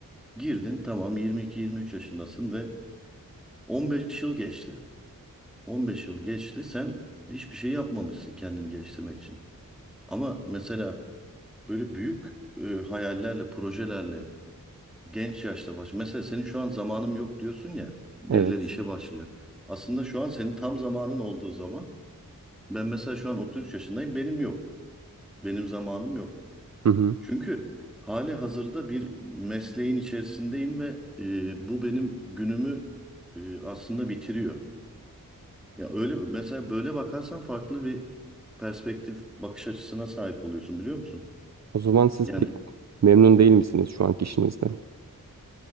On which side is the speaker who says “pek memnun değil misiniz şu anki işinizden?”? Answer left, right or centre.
Right